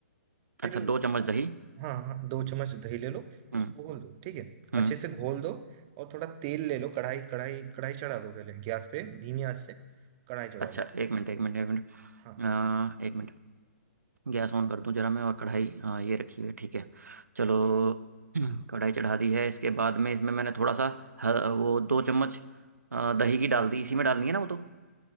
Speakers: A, on the right; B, on the right.
A: फिर
B: अच्छा
A: उसको
B: दो चम्मच दही
A: हाँ हाँ दो चम्मच दही ले लो उसको
B: हम्म
A: घोल दो ठीक है
B: हम्म
A: अच्छे से घोल दो और थोड़ा तेल ले लो कढ़ाई कढ़ाई कढ़ाई चढ़ा दो पहले गैस पे धीमी आंच से कढ़ाई चढ़ा
B: अच्छा
A: लो
B: एक मिनट एक मिनट एक मिनट
A: हाँ
B: अ, एक मिनट गैस ऑन कर दूं जरा मैं और कढ़ाई अ, ये रखी हुई है ठीक है चलो <clears throat> कढ़ाई चढ़ा दी है इसके बाद में इसमें मैंने थोड़ा सा ह- वो दो चम्मच अ, दही की डाल दी इसी में डालनी है ना वो तो